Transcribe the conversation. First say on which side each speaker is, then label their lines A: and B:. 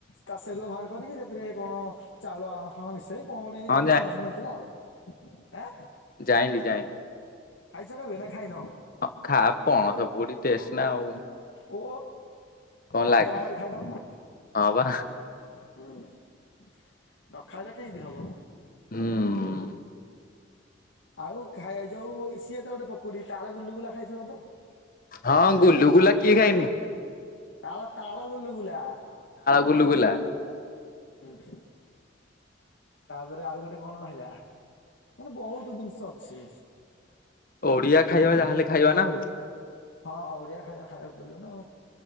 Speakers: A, on the left; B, on the left.
A: ତାସ ରଆ ବାହାର କରିକି ସେଥିରେ କଣ ଚାଉଳ ଆଣ ଫାଣ ମିଶ ସେଇ କଣ ଗୋଟେ ଏତି
B: ହଁ
A: କରି ଛଣାଛୁଣି ହେଇଥିଲା ଆଉ, ଆଁ
B: ଯାଇଁଲିି ଯାଇଁଲିି
A: ଖାଇଛ, କେିବ <unintelligible> ନା ଖାଇନ
B: ହଁ ଖା ପଣସ ପକୁଡି ଟେଷ୍ଟ ନା ଆଉ
A: ଓ
B: କଣ
A: ଆକାଲ
B: ଲାଗେ
A: ଆମରି <unintelligible> ଖାଇଥାଉ
B: ହଁ
A: ହୁଁ,
B: ବା
A: ନ ଖାଇଲେ କେମିତି ହବ?
B: ହୁଁ
A: ଆଉ, ଖାଇ ଯୋଉ ସିଏ ତ ଗୋଟେ ପକୁଡି ତାଳ ଗୁଲୁଗୁଲା ଖାଇଥିବ ତ
B: ହଁ ଗୁଲୁ ଗୁଲା କିଏ ଖାଇନି।
A: ତାଳ, ତାଳ ଗୁଲୁ ଗୁଲା
B: ବୁଲୁଗୁଲା
A: ହଁ ହଁ ତାପରେ ଆଉ ଗୋଟେ କଣ ରହିଲା ମାନେ ବହୁତ ଜିନିଷ ଅଛି।
B: ଓଡିଆ ଖାଇବା ଯାହାହେଲେ ଖାଇବା ନା ଆଉ
A: ହଁ ଓଡିଆ ଖାଇବା ଖାଇବାକୁ ପଡିବ ନା।